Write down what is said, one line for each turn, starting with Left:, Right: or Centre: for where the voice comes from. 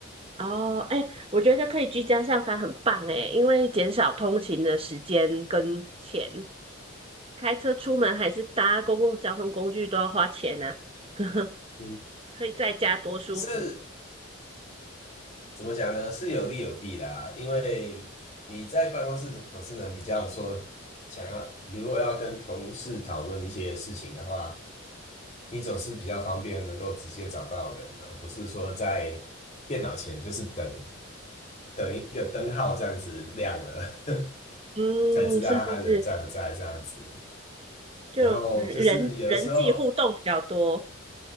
Right: 哦，哎，我觉得可以居家上班很棒诶，因为减少通勤的时间跟钱，开车出门还是搭公共交通工具都要花钱啊。<laughs>
Left: 嗯，
Right: 可以在家多舒服。
Left: 是怎么讲呢？是有利有弊啦，因为你在办公室总是能比较说想要，你如果要跟同事讨论一些事情的话，你总是比较方便能够直接找到人，而不是说在电脑前就是等等一个灯号这样子亮了
Right: 嗯，
Left: <laughs> 才知道他人在不在这样子。
Right: 是是是，就人人际互动比较多。
Left: 然后就是有的时候